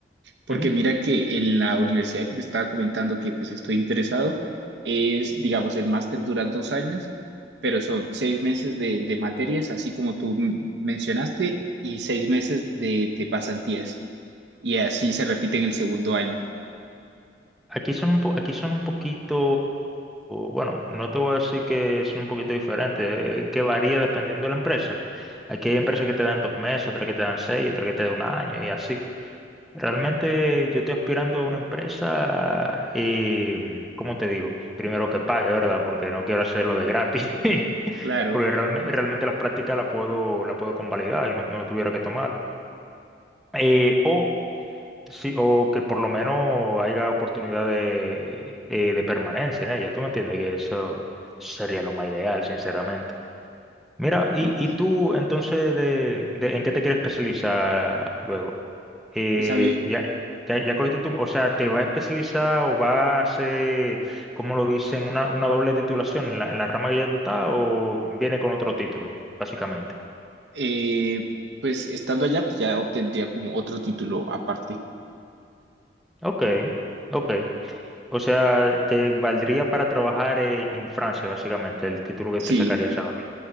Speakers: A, on the right; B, in the centre.
A: Porque
B: Ujú.
A: mira que en la universidad que te estaba comentando que pues estoy interesado, es, digamos, el máster dura dos años, pero son seis meses de, de materias, así como tú m- mencionaste, y seis meses de, de pasantías. Y así se repite en el segundo año.
B: Aquí son un po- aquí son un poquito, bueno, no te voy a decir que son un poquito diferentes, eh, que varía dependiendo de la empresa. Aquí hay empresas que te dan dos meses, otras que te dan seis, otras que te dan un año y así. Realmente yo estoy aspirando a una empresa, eh, ¿cómo te digo? Primero que pague, ¿verdad? Porque no quiero hacerlo de gratis. <laughs>
A: Claro,
B: Porque realme- realmente las prácticas las puedo, la puedo convalidar y no, no tuviera que tomar. Eh, o, sí, o que por lo menos haya oportunidad de, eh, de permanencia en ella. ¿Tú me entiendes? Que eso sería lo más ideal, sinceramente. Mira, y,
A: ok.
B: y tú entonces, de, de- ¿en qué te quieres especializar luego? eh,
A: pues a mí,
B: ya, ya, ya cogiste tu, o sea, te va a especializar o va a hacer, ¿cómo lo dicen? Una, una doble titulación en la, en la rama que ya tú estás o viene con otro título, básicamente.
A: eh, pues estando allá, pues ya obtendría como otro título aparte.
B: Ok, ok. O sea, te valdría para trabajar eh, en Francia, básicamente, el título que te
A: Sí,
B: sacarías ahora.